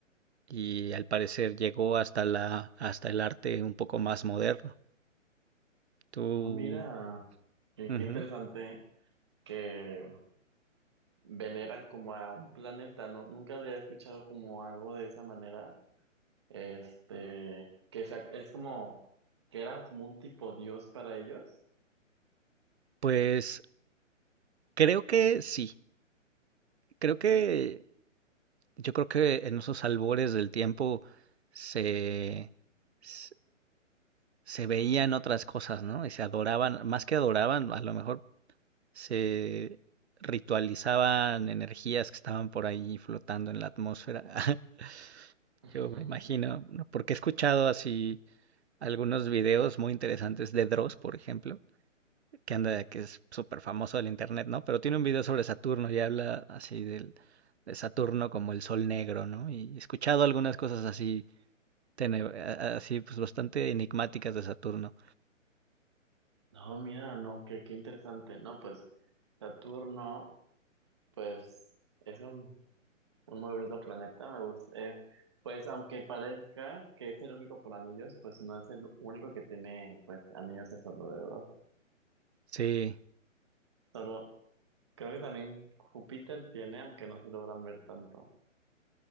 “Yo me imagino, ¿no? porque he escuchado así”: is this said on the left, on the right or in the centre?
Right